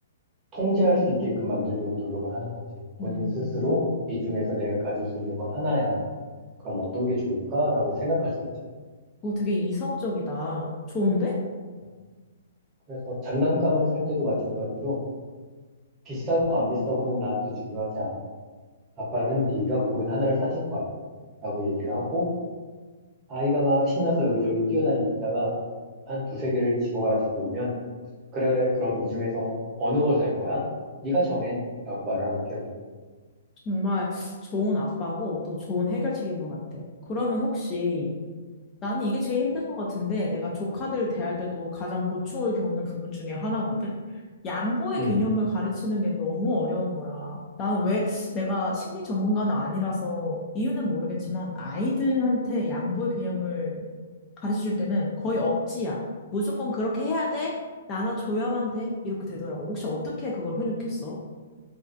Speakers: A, on the right; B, on the left.
A: 통제할 수 있게끔 만들려고 노력을 하는 거지. 본인
B: 음,
A: 스스로 이 중에서 내가 가질 수 있는 건 하나야. 그럼 어떤 게 좋을까라고 생각할 수 있잖아.
B: 그거 되게 이성적이다. 좋은데?
A: 어, 그래서 장난감을 살 때도 마찬가지로 비싸고 안 비싸고는 나한테 중요하지 않아. 아빠는 네가 고른 하나를 사줄 거야. 라고 얘기를 하고 아이가 막 신나서 여기저기 뛰어다니다가 한 두세 개를 집어가지고 오면 그래 그럼 이 중에서 어느 걸 살 거야? 네가 정해 라고 말을 하는 편이야.
B: 정말 좋은 아빠고 또 좋은 해결책인 것 같아. 그러면 혹시 나는 이게 제일 힘든 것 같은데 내가 조카들 대할 때도 가장 고충을 겪는 부분 중에 하나거든? 양보의
A: 응.
B: 개념을 가르치는 게 너무 어려운 거야. 나는 왜 내가 심리 전문가는 아니라서 이유는 모르겠지만 아이들한테 양보의 개념을 가르쳐 줄 때는 거의 억지야. 무조건 그렇게 해야 돼. 나눠줘야만 돼. 이렇게 되더라고. 혹시 어떻게 그걸 훈육했어?